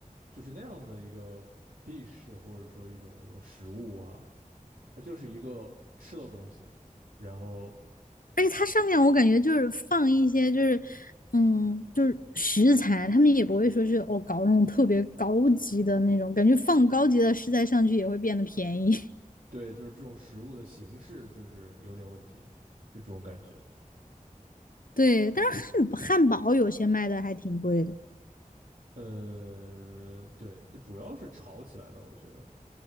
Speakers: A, on the right; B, on the left.
A: 就是那样的一个 dish，或者说一种那种食物哈，它就是一个吃的东西，然后
B: <laughs> 而且它上面我感觉就是放一些就是，嗯，就是食材，他们也不会说是哦搞那种特别高级的那种，感觉放高级的食材上去也会变得便宜。<laughs>
A: 对，就是这种食物的形式就是有点问题，就这种感觉，
B: 对，但是汉堡汉堡有些卖的还挺贵的。
A: 呃，对，就主要是炒起来的，我觉得